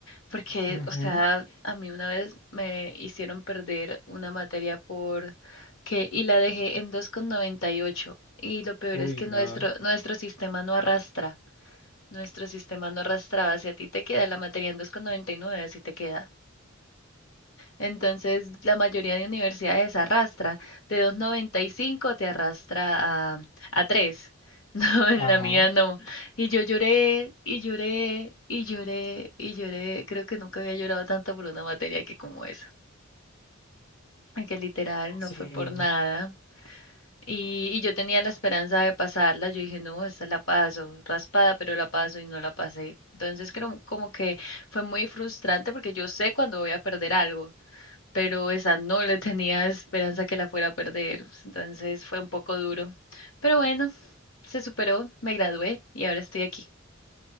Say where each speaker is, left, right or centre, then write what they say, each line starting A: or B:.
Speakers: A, on the left; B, on the left.
A: porque,
B: Ujú.
A: o sea, a mí una vez me hicieron perder una materia por que y la dejé en 2,98 y ocho y lo peor
B: Uy,
A: es que nuestro
B: no.
A: nuestro sistema no arrastra. Nuestro sistema no arrastraba si a ti te queda la materia en 2,99, así te queda. Entonces, la mayoría de universidades arrastra, de 2,95 te arrastra a, a 3 <laughs> No, en
B: Ajá.
A: la mía no. Y yo lloré, y lloré, y lloré, y lloré. Creo que nunca había llorado tanto por una materia que como esa. Que literal no
B: Sí,
A: fue por nada. Y, y yo tenía la esperanza de pasarla, yo dije, no, esta la paso, raspada, pero la paso y no la pasé. Entonces creo como que fue muy frustrante porque yo sé cuando voy a perder algo, pero esa no le tenía esperanza que la fuera a perder. Entonces fue un poco duro. Pero bueno, se superó, me gradué y ahora estoy aquí.